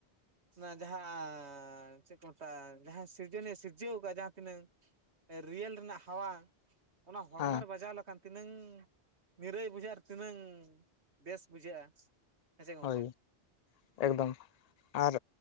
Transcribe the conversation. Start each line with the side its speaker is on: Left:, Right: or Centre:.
Right: ᱚᱱᱟ ᱡᱟᱦᱟᱸ ᱪᱮᱫ ᱠᱚ ᱢᱮᱛᱟᱜᱼᱟ ᱡᱟᱦᱟᱸ ᱥᱤᱨᱡᱚᱱᱤᱭ ᱥᱤᱨᱡᱟᱹᱣ ᱠᱟᱜᱼᱟ ᱡᱟᱦᱟᱸ ᱛᱤᱱᱟᱹᱜ ᱨᱤᱭᱮᱞ ᱨᱮᱱᱟᱜ ᱦᱟᱣᱟ ᱚᱱᱟ ᱦᱚᱲᱢᱚᱨ
Left: ᱦᱮᱸ
Right: ᱨᱮ ᱵᱟᱡᱟᱣ ᱞᱮᱠᱷᱟᱱ, ᱛᱤᱱᱟᱹᱝ ᱱᱤᱨᱟᱹᱭ ᱵᱩᱡᱷᱟᱹᱜᱼᱟ ᱟᱨ ᱛᱤᱱᱟᱹᱝ ᱵᱮᱥ ᱵᱩᱡᱷᱟᱹᱜᱼᱟ᱾ ᱦᱮᱸᱥᱮ ᱜᱚᱝᱠᱮ
Left: ᱦᱳᱭ᱾ ᱮᱠᱫᱚᱢ ᱟᱨ